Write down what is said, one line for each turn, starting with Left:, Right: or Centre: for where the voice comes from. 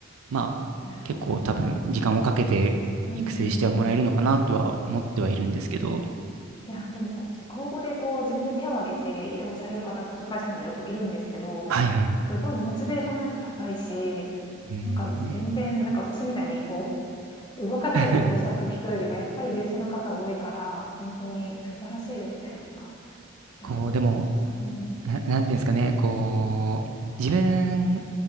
Right: まあ結構多分時間をかけて育成してはもらえるのかなとは思ってはいるんですけど、
Left: なるほど。うんうんうんうんうん。いやー、でも、公募でこう自分で手を挙げて移動される方、私の会社にもよくいるんですけど、
Right: はいはい。
Left: すごいモチベーションもやっぱ高いし、
Right: うん。
Left: なんか全然、なんか私みたいにこう動かされて移動したと人よりはやっぱり優秀な方多いから、
Right: <laughs>
Left: ほんとに素晴らしいですね、なんか。いや、
Right: こう、でも、
Left: うん。
Right: な、なんていうんですかね、こう、自分、